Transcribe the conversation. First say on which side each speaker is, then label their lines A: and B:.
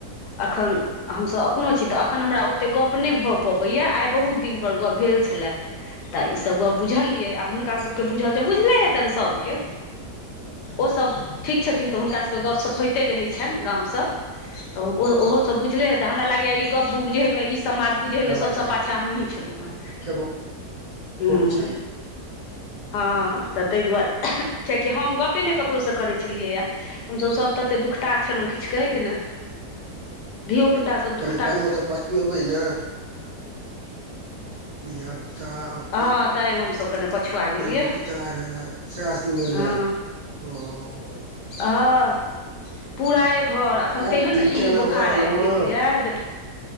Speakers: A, on the left (about 80°); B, on the right (about 75°).
A: अखन हमसब एखनो छी तऽ एखन हमरा ओतेक गप्प नय भऽ पबैए आइ बहुत दिनपर गप्प भेल छलए। तऽ ईसभ गप बुझलियै आब हुनकाभकेँ बुझल छै बुझले हेतनि सभके ओसभ ठीक छथिन तऽ हुनका सबके गपशप होइते रहै छनि गामसँ तऽ ओहो सब बुझले हेत हमरा लागै ई गप बुझैमे ई समाद बुझै
B: हेबाक
A: मे सबसँ
B: चाही
A: पाछाँ हमही छलहुँ हेन
B: हेबो
A: हँ
B: के चाही
A: हँ तऽ ताहि दुआरे कियेकि हम गप्पे नय ककरोसँ करै छलियैए हमसभ सभ तते दुखता छलौं किछु कहै के नय धियो पुता सब दुख
B: कनिओ <unintelligible> तऽ पछुऐबै ने धिया पुता आब
A: हँ तैंय हमसभ कने पछुआ गेलियै
B: दुखिता रहए सएह सुनयमे
A: हँ
B: आयल ओ
A: हँ पूरा ए घर आ एखन
B: आर
A: तेहन
B: नीके
A: ई
B: एना
A: बोखार
B: भऽ रहलहुँ
A: आबि गेलैए
B: हेँ
A: जे